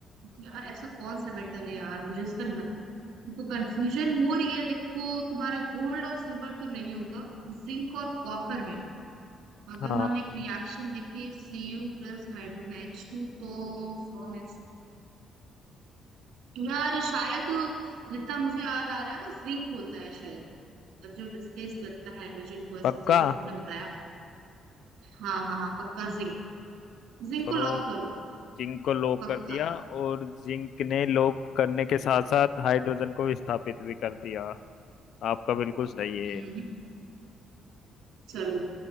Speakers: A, on the right; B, on the left.
A: यार ऐसा कौन सा मेटल है यार मुझे इसका ना तुमको कंफ्यूजन हो रही है देखो तुम्हारा गोल्ड और सिल्वर तो नहीं होगा जिंक और कॉपर में अगर
B: हाँ
A: हम एक रिएक्शन देखें Cu प्लस हाइड्रोजन H2 तो फॉर्म यार शायद जितना मुझे याद आ रहा है वो जिंक होता है शायद जब जो डिस्प्लेस करता है हाइड्रोजन को ऐसे
B: पक्का
A: जैसे तुमने बताया हाँ हाँ हाँ पक्का जिंक जिंक
B: तो
A: को लॉक करो
B: जिंक को लॉक
A: पक्का
B: कर दिया और जिंक ने लॉक करने के साथ साथ हाइड्रोजन को विस्थापित भी कर दिया आपका बिल्कुल सही
A: हम्म चलो